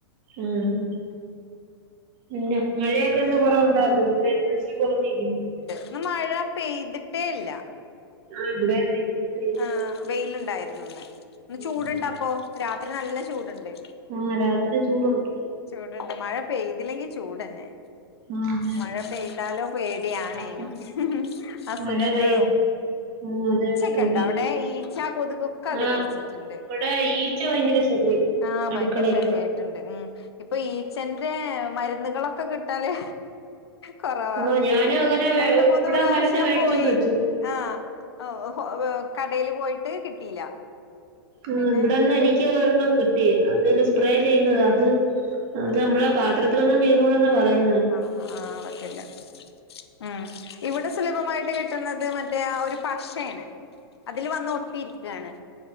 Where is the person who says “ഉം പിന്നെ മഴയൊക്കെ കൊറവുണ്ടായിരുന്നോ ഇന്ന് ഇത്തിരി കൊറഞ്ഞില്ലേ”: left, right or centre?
Right